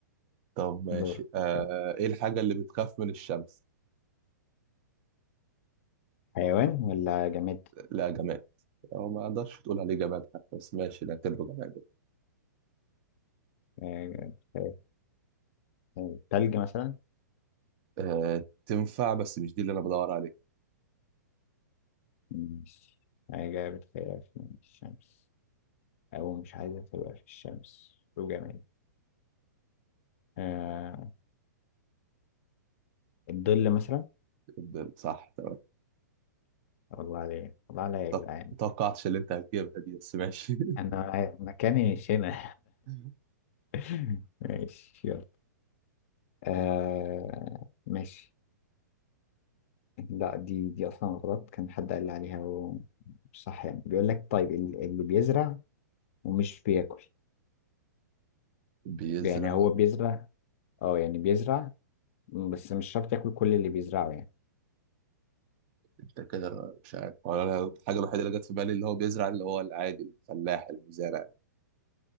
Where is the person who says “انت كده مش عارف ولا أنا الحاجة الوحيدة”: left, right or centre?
Right